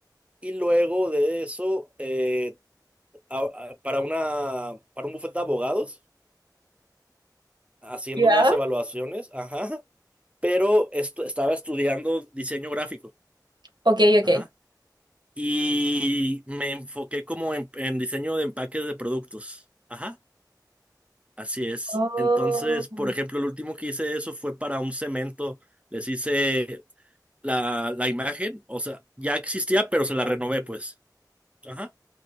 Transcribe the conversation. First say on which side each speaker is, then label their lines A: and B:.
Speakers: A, on the right; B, on the right.
A: Y luego de eso, eh, a- a- para una, para un bufete de abogados, haciendo
B: ¿Ya?
A: unas evaluaciones, ajá, pero esto, estaba estudiando diseño gráfico,
B: ok, ok.
A: ajá, y me enfoqué como en, en diseño de empaques de productos, ajá. Así es.
B: Oh.
A: Entonces, por ejemplo, el último que hice eso fue para un cemento. Les hice la, la imagen, o sea, ya existía, pero se la renové, pues. Ajá.